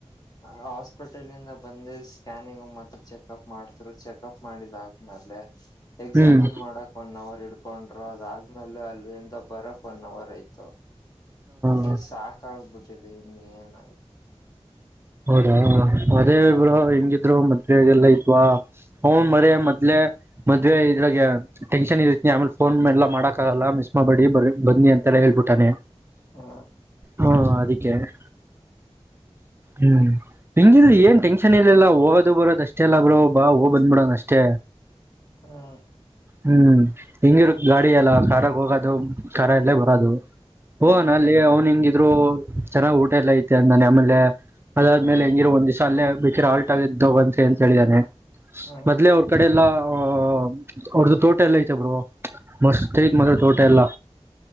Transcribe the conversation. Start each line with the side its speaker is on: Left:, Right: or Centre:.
Left: ಹಾಸ್ಪಿಟಲ್ಂದ ಬಂದ ಸ್ಕ್ಯಾನಿಂಗ್ ಮತ್ತ. ಚೆಕ್ಪ್ ಮಾಡ್ತ್ರು ಚೆಕಪ್ ಮಾಡಿದಾದ್ಮೇಲೆ ಎಕ್ಸಾಮಿನ್
Right: ಹ್ಮ್
Left: ಮಾಡಕ್ ಒನ್ ಅವರ್ ಇಡ್ಕೊಂಡರು ಅದಾದ್ಮೇಲೆ ಅಲ್ಲಿ ಬರಕ್ ಒನ್ ಅವರ್ ಆಯ್ತು ಅದೇ
Right: ಹ
Left: ಸಾಕ ಆಗಬೋದು ಸಿದ ನೀನ
Right: ಹೌದಾ ಅದೇ ಇಬ್ರು ಹೆಂಗಿದ್ರು ಮದ್ ಎಲ್ಲಾ ಇ ಹ್ ಮರ ಮದ್ಲೆ ಮದ್ವೆ
Left: ಹ್ಮ್
Right: ಇದ್ರಾಗ ಟೆನ್ಷನ್ ಇರ್ತಿನಿ ಆಮೇಲೆ ಫೋನ್ ಎಲ್ಲ ಮಾಡಕ್ ಲ್ಲ ಮಿಸ್ ಮಾಡಬೇಡಿ ಬ ಬನ್ನಿ ಅಂತೆಲ್ಲ ಹೇಳ್ಬಿಟ್ಟಾನೆ
Left: ಹ್ಮ
Right: ಹಾ ಅದಕ್ಕೆ ಹ ಹ್ಮ್ ಹೆಂಗಿದ್ರೆ ಏನ್ ಟೆನ್ಷನ್ ಇಲ್ಲಿಲ್ಲಾ ಹೋಗೋದು ಬರೋದ ಅಷ್ಟೆ ಎಲ್ಲ ಬರೋ ಬಾ ಬಂದ್ಬಿಡೋಣ ಅಷ್ಟೇ
Left: ಹ್ಮ್
Right: ಹ್ಮ್ ಹಿಂಗಿರು ಗಾಡಿ ಎಲ್ಲ ಕಾರಖಾಗ ಹೋಗೋದು ಕಾರ ಎಲ್ಲೇ ಬರದು
Left: ಹ್ಮ್
Right: ಹ ನ ಅಲ್ಲಿ ಅವನು ಇದ್ರು ಚೆನ್ನಾಗ್ ಊಟ ಎಲ್ಲ ಐತೆ ಅ ನಾನ ಆಮೇಲೆ ಅದಾದ್ಮೇಲೆ
Left: ಹ್ಮ್
Right: ಹೆಂಗಿರ ಒಂದಿವಸ ಅಲ್ಲೇ ಬಿಕಿರ ಆಲ್ಟ್ ಆಗಿದ್ದೋ ಬಂತ ಅಂತ ಹೇಳಿದಾನೆ
Left: ಹ್ಮ್
Right: ಮೊದ್ಲೇ ಅವ್ರ ಕಡೆ ಎಲ್ಲಾ ಹ ಅವ್ರದ್ದ ತೋಟ ಎಲ್ಲ ಐತೆ ಬ ಮಸ್ತೈತ ಮಾತ್ರ ತೋಟ ಎಲ್ಲ